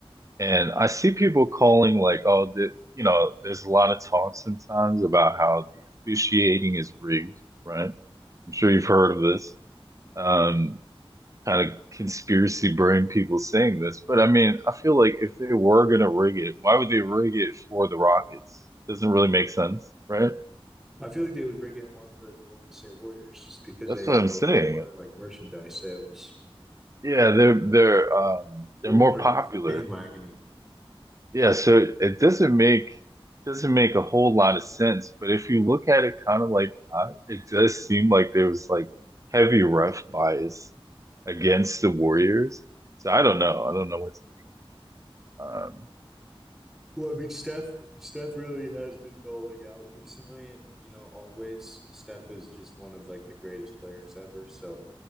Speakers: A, on the right; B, in the centre.
A: And I see people calling like, oh, the, you know, there's a lot of talk sometimes about how the officiating is rigged, right? I'm sure you've heard of this. Um, kind of conspiracy brain people saying this, but I mean, I feel like if they were gonna rig it, why would they rig it for the Rockets? Doesn't really make sense, right?
B: I feel like they would rig it more for the Golden State Warriors just because
A: That's
B: they
A: what
B: have
A: I'm
B: a
A: saying.
B: lot more like merchandise sales.
A: Yeah, they're they're um
B: They're
A: they're
B: a
A: more
B: lot more
A: popular
B: bandwagony.
A: Yeah, so it doesn't make doesn't make a whole lot of sense, but if you look at it kind of like uh, it does seem like there was like heavy ref bias against the Warriors. So I don't know. I don't know what's um
B: Well, I mean, Steph, Steph really has been bowling out recently, and you know, always Steph is just one of like the greatest players ever. So